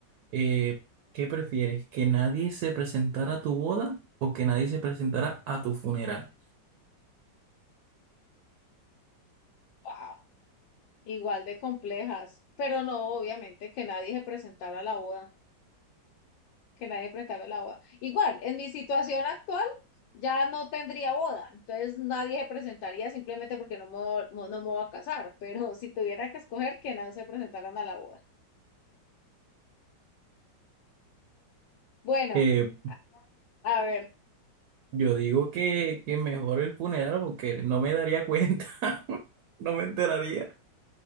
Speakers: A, on the right; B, on the left.
A: Eh, ¿qué prefieres? ¿Que nadie se presentara a tu boda o que nadie se presentara a tu funeral?
B: Wow, igual de complejas. Pero no, obviamente, que nadie se presentara a la boda. Que nadie presentara a la boda. Igual, en mi situación actual ya no tendría boda. Entonces nadie se presentaría simplemente porque no me, vo- mo- no me voy a casar. Pero <laughs> si tuviera que escoger, que nadie se presentaran a la boda. Bueno,
A: Eh,
B: a a ver.
A: yo digo que, que mejor el funeral porque no me daría cuenta, <laughs> no me enteraría.